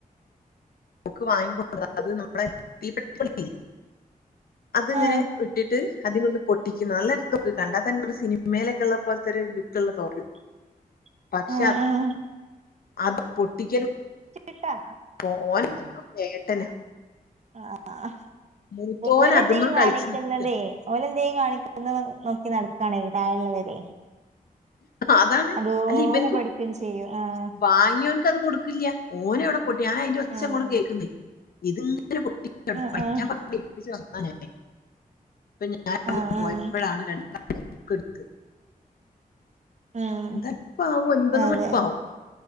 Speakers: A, on the left; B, on the right.
A: ബുക്ക് വാങ്ങി <unintelligible> അത് നമ്മളെ തീപ്പെ <unintelligible> അത്ങ്ങനെ
B: ആഹ്
A: ഇട്ടിട്ട് അതിനൊന്ന് പൊട്ടിക്കുന്നു നല്ലൊരു തൊക്ക് കണ്ടാ തന്നെ നമ്മ സിനിമയിലൊക്കെ ഉള്ള പോലത്തെരു ലുക്ക് ഉള്ള തോക്ക്
B: <inaudible>
A: പക്ഷെ
B: ആഹ് ആഹ്
A: അത് പൊട്ടിക്കലും
B: ചേട്ടാ
A: പോ <unintelligible> ഏട്ടനാ
B: ആഹ്
A: മൂത്തോൻ
B: ഓലെന്തേം
A: അതുമ്മ കളിച്ചു
B: കാണിക്കുന്നതേ
A: നിക്ക
B: ഓലെന്തേം കാണിക്കുന്നത് നോക്കി നട് ക്കാണെ തഴെള്ളവരെ
A: അതാണ്
B: അതുപോലെ
A: അല്ല ഇവനിക്ക്
B: പഠിക്കേം ചെയ്യും ആഹ്
A: വാങ്ങിയോൻക്ക് അത് കൊടുക്കില്ല ഓന് അവിടെ പൊട്ടി ഞാന അയിന്റെ ഒച്ചങ്ങോട്ട്
B: ആഹ്
A: കേൾക്കുന്നേ ഇതൊ <unintelligible> ഏൽപ്പിച്ച്
B: ആഹ്
A: വന്നാ ഞാന് ഇപ്പൊ ഞാൻ അവിടെ
B: ആഹ് ആഹ്
A: പോയപ്പോഴാണ്
B: ആഹ്
A: <unintelligible> എട്ത്ത്
B: ഉം
A: എന്ത അപ്പ ആവും ഒൻപത്
B: അതെ
A: മണി ഇപ്പാവും